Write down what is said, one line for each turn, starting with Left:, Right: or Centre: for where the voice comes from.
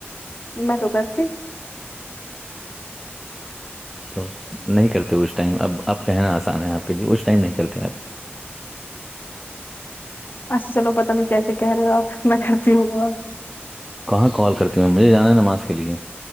Left: میں تو کرسی
Centre: تو نہیں کرتے اس ٹائم اب اب کہنا آسان ہے آپ کے لیے اس ٹائم نہیں کرتے آپ
Left: اھا چلو پتا نہیں کہتے کہہ رہے ہو آپ میں کرتی ہوںاپ
Centre: کہاں کال کرتی ہوں مجھے جانا ہے نماز کے لیے